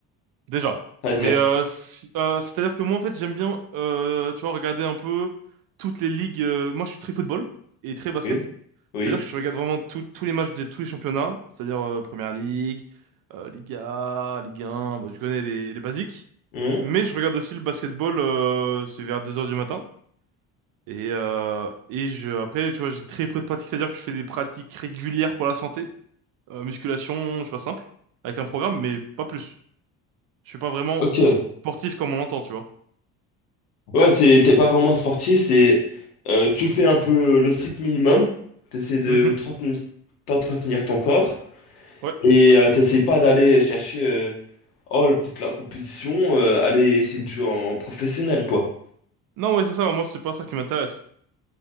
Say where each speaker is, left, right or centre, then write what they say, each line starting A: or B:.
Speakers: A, on the right; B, on the left.
A: Déjà.
B: à dire.
A: Mais euh, si- euh, c'est-à-dire que moi en fait j'aime bien, euh, tu vois, regarder un peu toutes les ligues. euh, moi je suis très football et très basket.
B: Oui, oui.
A: C'est-à-dire que je regarde vraiment tout- tous les matchs de tous les championnats, c'est-à-dire euh, Première Ligue, euh, Liga, Ligue 1. Bon, tu connais les, les basiques.
B: Mhm.
A: Mais je regarde aussi le basketball, euh, c'est vers 2 heures du matin. Et, euh, et je, après, tu vois, j'ai très peu de pratiques, c'est-à-dire que je fais des pratiques régulières pour la santé, euh, musculation, tu vois, simple, avec un programme, mais pas plus. Je suis pas vraiment
B: Ok.
A: sportif comme on l'entend, tu vois.
B: Ouais, t'es t'es pas vraiment sportif, c'est euh, tu fais un peu le strict minimum. T'essaies de
A: Mhm.
B: t'entretenir t'entretenir ton corps
A: Ouais.
B: et euh, t'essaies pas d'aller chercher euh, oh le- peut-être la compétition, euh, aller essayer de jouer en professionnel quoi.
A: Non, ouais, c'est ça, moi, c'est pas ça qui m'intéresse.